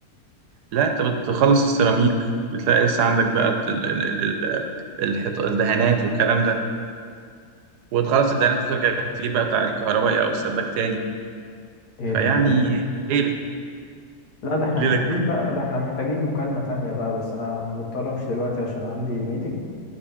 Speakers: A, on the right; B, on the left.
A: لا انت بتخلص السيراميك بتلاقي لسه عندك بقى بت- ال- ال- ال- ال- الحيط- الدهانات والكلام ده وتخلص الدهانات وترجع تجيب بقى بتاع الكهربائي او السباك تاني
B: ايه
A: فيعني
B: ده بجد؟
A: ليلة
B: لا ده احنا
A: ليلة
B: محتاجين
A: كبيرة
B: بقى ده احنا محتاجين مكالمة تانية بقى بس أنا مضطر أمشي دلوقتي عشان عندي ميتنج